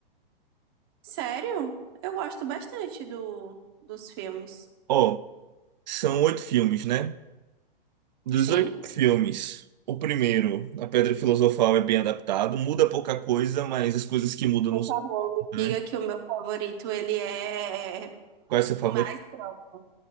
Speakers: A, on the right; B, on the right.
A: Sério? Eu gosto bastante do, dos filmes.
B: Ó, são oito filmes, né? Dos
A: Sim.
B: oito filmes, o primeiro, A Pedra Filosofal, é bem adaptado, muda pouca coisa, mas as coisas que mudam
A: Por
B: não são
A: favor, me
B: grandes.
A: diga que o meu favorito, ele é
B: Qual é o seu favorito?
A: mais próximo.